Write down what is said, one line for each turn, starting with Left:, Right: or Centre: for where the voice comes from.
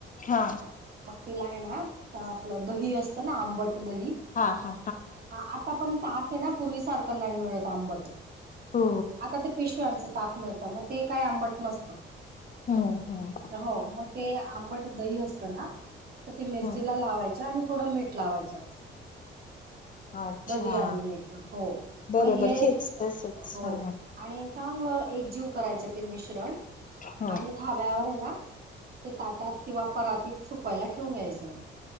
Left: हा
Right: मग तिला आहे ना, आपलं दही असतं ना आंबट दही
Left: हा हा
Right: हा आत आपण ताक ना पूर्वी सारखं नाही मिळत आंबट,
Left: हो
Right: आता ते पिशव्यांच ताक मिळत, मग ते काही आंबट नसत
Left: हम्म हम्म
Right: हो मग ते आंबट दही अस तना. तर ती मिरची
Left: हम्म
Right: लावायच आणि थोडं मीठ लावायचं
Left: अच्छा
Right: दही आणि मीठ हो
Left: बरोबर
Right: मग हे
Left: हेच तसच
Right: हो
Left: हा
Right: आणि चांगलं एक जीव करायचे ते मिश्रण
Left: ह
Right: आणि धाब्यावर आहे ना ते ताटात किंवा परातीत सुकवायला ठेवून यायचं